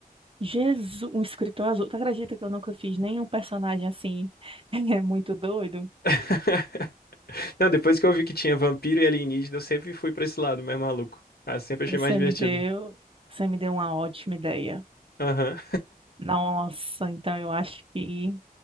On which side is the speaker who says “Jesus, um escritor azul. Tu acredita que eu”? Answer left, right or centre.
Right